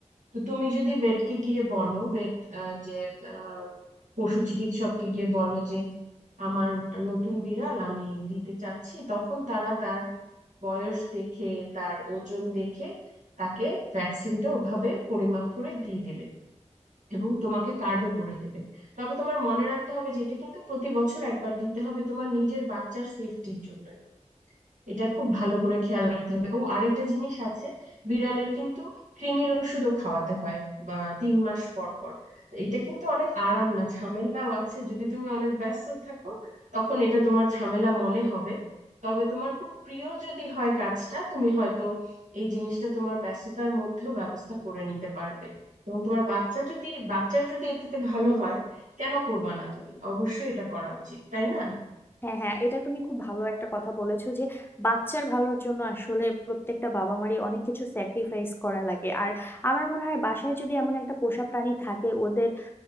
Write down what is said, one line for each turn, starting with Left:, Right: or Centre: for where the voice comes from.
Right: তো তুমি যদি ভেটকে গিয়ে বলো ভেট যে আহ, পশু চিকিৎসককে গিয়ে বলো যে আমার নতুন বিড়াল আমি দিতে চাচ্ছি তখন তারা তার বয়স দেখে তার ওজন দেখে তাকে ভ্যাকসিনটা ওভাবে পরিমাপ করে দিয়ে দেবে এবং তোমাকে কার্ডও করে দেবে তবে তোমার মনে রাখতে হবে যে এটা কিন্তু প্রতি বছর একবার দিতে হবে তোমার নিজের বাচ্চার সেফটির জন্য এটা খুব ভালো করে খেয়াল রাখতে হবে ও আরেকটা জিনিস আছে বিড়ালের কিন্তু কৃমির ওষুধও খাওয়াতে হয় বা তিন মাস পর পর এটা কিন্তু অনেক আরাম না ঝামেলাও আছে যদি তুমি অনেক ব্যস্ত থাকো তখন এটা তোমার ঝামেলা মনে হবে তবে তোমার খুব প্রিয় যদি হয় কাজটা তুমি হয়তো এই জিনিসটা তোমার ব্যস্ততার মধ্যেও ব্যবস্থা করে নিতে পারবে এবং তোমার বাচ্চা যদি বাচ্চার যদি এটাতে ভালো হয় কেন করবা না তুমি অবশ্যই এটা করা উচিত তাই না
Left: হ্যাঁ হ্যাঁ এটা তুমি খুব ভালো একটা কথা বলেছো যে বাচ্চার ভালোর জন্য আসলে প্রত্যেকটা বাবা মারই অনেক কিছু স্যাক্রিফাইস করা লাগে আর আমার মনে হয় বাসায় যদি এমন একটা পোষা প্রাণী থাকে ওদের